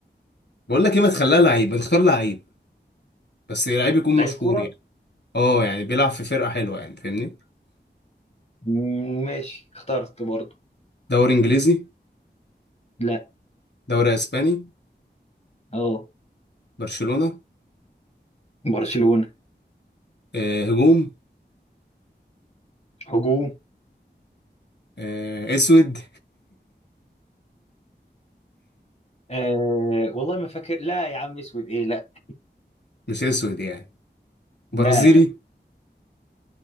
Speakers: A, on the left; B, on the left.
A: بقول لك ايه ما تخليها لعيب ما تختار لعيب بس لعيب يكون
B: لعيب
A: مشهور
B: كرة
A: يعني اه يعني بيلعب في فرقة حلوة يعني فاهمني
B: مم، ماشي اخترت برضه
A: دوري انجليزي
B: لا
A: دوري اسباني
B: اه
A: برشلونة
B: برشلونة
A: آه، هجوم
B: هجوم
A: آه، اسود
B: آه والله ما فاكر لا يا عم اسود ايه لا
A: <laughs> مش اسود يعني برازيلي
B: لا لا